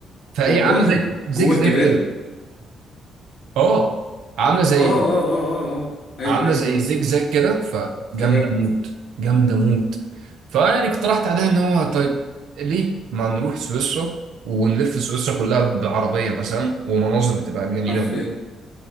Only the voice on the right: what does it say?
فهي
عامله زي زيج
زاج
كده اه عامله زي
عامله
زي
زجزاج كده فجامده
موت جامده موت فيعني اقترحت عليها ان هو طيب ليه ما نروح سويسرا ونلف سويسرا كلها بعربيه مثلا ومناظر بتبقى جميله
موت